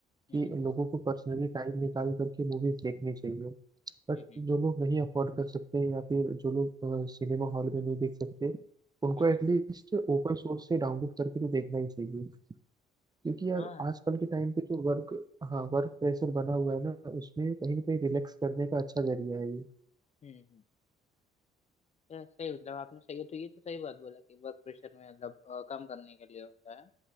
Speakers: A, on the left (about 35°); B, on the right (about 20°).
A: हम्म
B: कि लोगों को पर्सनली टाइम निकाल करके मूवीज देखनी चाहिए बट
A: हम्म
B: जो लोग नहीं अफोर्ड कर सकते हैं या फिर जो लोग सिनेमा हॉल में नहीं देख सकते उनको
A: हम्म
B: एटलीस्ट
A: हम्म।
B: ओपन सोर्स से डाउनलोड करके तो देखना ही चाहिए क्योंकि यार
A: हाँ
B: आजकल के टाइम पे जो वर्क हाँ वर्क प्रेशर बना हुआ है ना उसमें कहीं ना कहीं रिलैक्स करने का अच्छा जरिया है ये
A: हम्म हम्म यार सही मतलब आपने सही है तो ये तो सही बात बोला कि वर्क प्रेशर में मतलब अ, कम करने के लिए होता है